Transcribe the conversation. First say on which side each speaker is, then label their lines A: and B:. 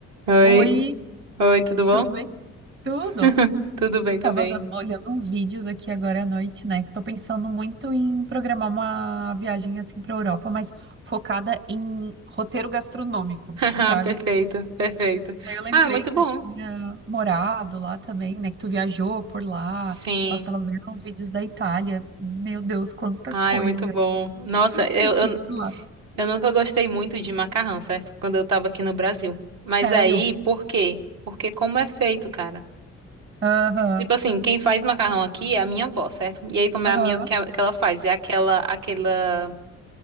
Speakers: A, on the right; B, on the right.
A: Oi,
B: Oi,
A: oi, tudo bom?
B: tudo bem? Tudo.
A: <laughs> Tudo bem também.
B: Tava dando- olhando uns vídeos aqui agora à noite, né? Que tô pensando muito em programar uma viagem assim pra Europa, mas focada em roteiro gastronômico,
A: <laughs>
B: sabe?
A: Perfeito, perfeito.
B: Aí eu lembrei
A: Ah, muito
B: que
A: bom.
B: tu tinha morado lá também, né? Que tu viajou por lá.
A: Sim.
B: Nós tava vendo uns vídeos da Itália. Meu Deus, quanta
A: Ai,
B: coisa
A: muito bom. Nossa, eu,
B: que tem
A: eu,
B: por lá.
A: eu nunca gostei muito de macarrão, certo? Quando eu tava aqui no Brasil. Mas
B: Sério?
A: aí, por quê? Porque como é feito, cara?
B: Aham,
A: Tipo assim, quem faz macarrão aqui é a minha avó, certo? E aí, como é
B: aham,
A: a minha que, a- que ela faz? É aquela, aquela